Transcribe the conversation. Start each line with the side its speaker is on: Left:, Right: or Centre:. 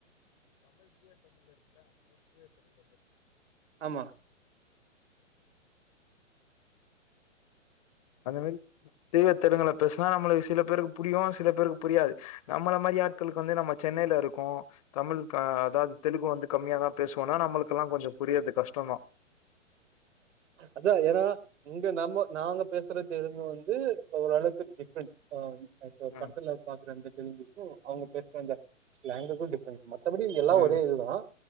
Left: இப்ப தமிழ் தூய தமிழ் இருக்குல்ல அந்த மாரி தூய தழல பேசுவாங்க
Right: ஆமா
Left: அந்த மாரி தூய தெலுங்குல பேசுனா நம்மளுக்கு செல பேருக்கு புரியு செல பேருக்கு புரியாது நம்மள மாரி ஆட்களுக்கு வந்து நம்ம சென்னையில இருக்கோ தமிழ் அதாவது தெலுங்கு வந்து கம்மியாதா பேசுவோம்னா நம்மளுக்குல்லா கொஞ்சோ புரியது கஷ்டதா
Right: அதா ஏன்னா இங்க நம்ம நாங்க பேசுற தெரிந்து வந்து ஓரளவுக்கு டிஃப்ரெண்ட்டா இப்போ
Left: ம்
Right: படத்துல பாக்குற அந்த தெலுங்குக்கு அவங்க பேசுற அந்த ஸ்லாங்குக்கு டிஃப்ரெண்ட் ம மத்தபடி எல்லாம்
Left: ம்
Right: ஒரே இது தான்